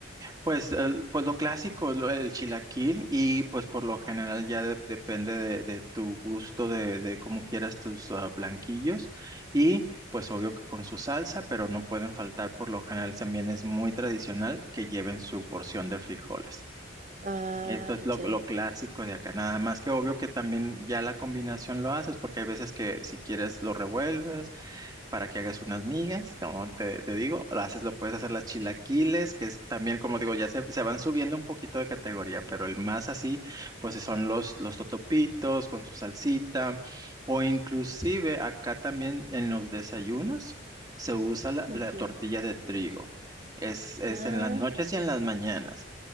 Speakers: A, on the right; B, on the right.
A: Pues, el- pues lo clásico, lo- el chilaquil y pues por lo general ya de- depende de, de tu gusto, de, de cómo quieras tus ah, blanquillos y pues obvio que con su salsa, pero no pueden faltar por lo general también es muy tradicional que lleven su porción de frijoles.
B: Ah,
A: Esto es lo,
B: ya.
A: lo clásico de acá, nada más que obvio que también ya la combinación lo haces porque hay veces que si quieres lo revuelves para que hagas unas migas, como te, te digo, lo haces, lo puedes hacer las chilaquiles, que es también, como digo, ya se, se van subiendo un poquito de categoría, pero el más así, pues son los, los totopitos con su salsita, o inclusive acá también en los desayunos se usa la,
B: Ujú.
A: la tortilla de trigo. Es, es
B: Ah,
A: en las noches y en las mañanas.